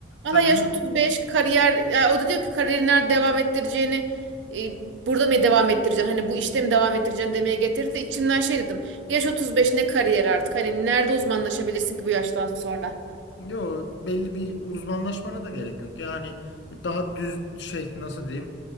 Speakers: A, on the right (about 85°); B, on the left (about 70°).
A: Valla
B: Yani
A: yaş 35 kariyer ya o da diyor ki kariyerini nerede devam ettireceğini e, burada mı devam ettireceksin hani bu işte mi devam ettireceksin demeye getirdi. İçimden şey dedim yaş 35 ne kariyer artık hani nerede uzmanlaşabilirsin ki bu yaştan sonra.
B: Yo belli bir uzmanlaşmana da gerek yok. Yani daha düz şey nasıl diyeyim?